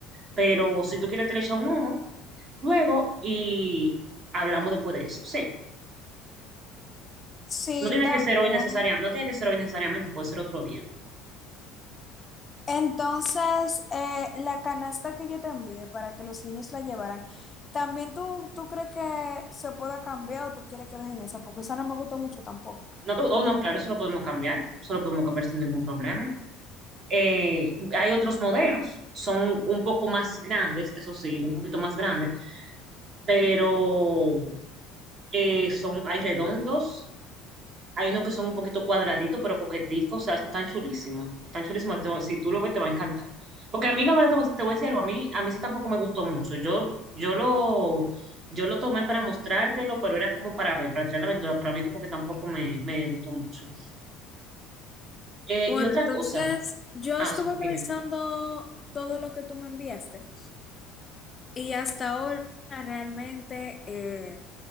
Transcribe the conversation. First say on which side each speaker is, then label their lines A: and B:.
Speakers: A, on the right (about 40°); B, on the left (about 25°).
A: pero si tú quieres te le echa un ojo, luego y hablamos después de eso, sí.
B: Sí,
A: No tiene
B: también.
A: que ser hoy necesariamente, no tiene que ser hoy necesariamente, puede ser otro día.
B: Entonces, eh, la canasta que yo te envié para que los niños la llevaran, ¿también tú, tú crees que se pueda cambiar o tú quieres que dejen esa? Porque esa no me gustó mucho tampoco.
A: No, tú- oh, no, claro, eso lo podemos cambiar, eso lo podemos cambiar sin ningún problema. Eh, hay otros modelos, son un poco más grandes, eso sí, un poquito más grandes, pero Eh, son, hay redondos, hay unos que son un poquito cuadraditos, pero coqueticos, o sea, están chulísimos, están chulísimos, te- si tú lo ves te va a encantar. Porque a mí, la verdad, te voy, te voy a decir algo, a mí, a mí ese tampoco me gustó mucho, yo, yo lo, yo lo tomé para mostrártelo, pero era como para ver, para traer la aventura, pero a mí como que tampoco me, me gustó mucho. Eh,
B: Bueno,
A: y otra
B: entonces
A: cosa,
B: yo
A: ah,
B: estuve
A: sí, dime.
B: revisando todo lo que tú me enviaste y hasta ahora realmente eh,